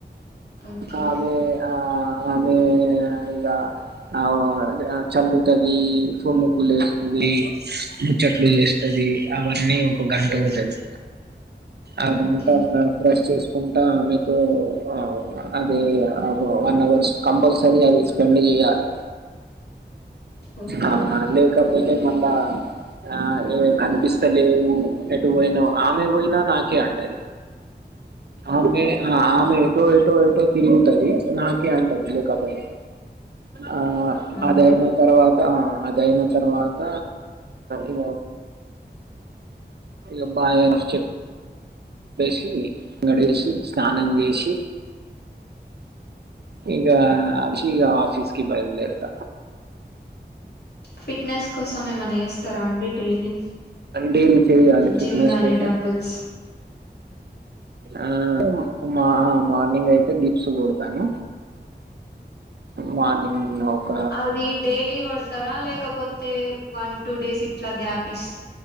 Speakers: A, on the left; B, on the right.
A: ఓకే
B: అ అదే ఆ ఆమె ఇక ఆ చల్లుతుంది. ఇంట్లో ముగ్గులు వేస్తుంది, ముచ్చట్లు చేస్తది అవన్నీ ఒక గంట పోతది ఆ గుంటా
A: ఓకే
B: <unintelligible> ప్రాస్ చేసు కుంటా ఆమెతో ఆ అదే వన్ అవర్స్ కంపల్సరీ అది స్పెండ్ చేయాలి
A: ఓకే
B: ఆ లేకపోతే మళ్ళా ఆ ఏ కనిపిస్తలేవు ఎటు పోయినా ఆమె పోయినా నాకే అంటది ఆమె ఆమె ఏటో ఏటో తిరుగుతది నాకే అంటది లేకపోయినా ఆ అమ్మ
A: అవునా
B: అదయిన తర్వాత అదయిన తర్వాత ఇ ఇబాయే ఈనాస్ చెప్ లేసింది గడేసి స్నానం చేసి ఇకా ఆఫిసి ఆఫస్కి బైలు దేరుత
A: ఫిట్నెస్ కోసం ఏమన్నా చెస్ట్ స్తారా అండి డైలీ,
B: డైలీ చెయ్యాలి ఫిట్నెస్
A: జిమ్ గాని
B: కోసం
A: డబుల్స్
B: ఆ మార్నింగ్ అయితే డిప్స్ కొడతాను మార్నింగ్ ఒక
A: అది డైలీ కొడతారా లేక పోతే వన్ టూ డేస్ ఇట్లా గ్యాప్ ఇస్త